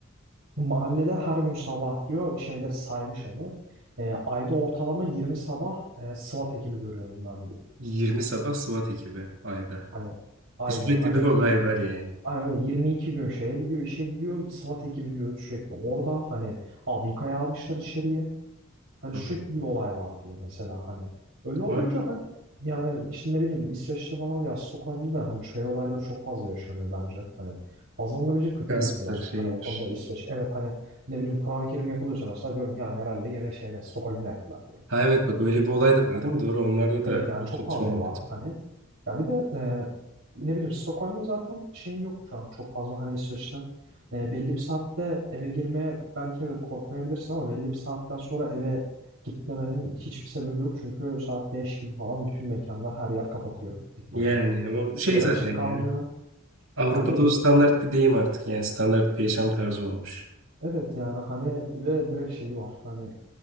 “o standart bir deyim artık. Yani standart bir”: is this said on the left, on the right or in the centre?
Right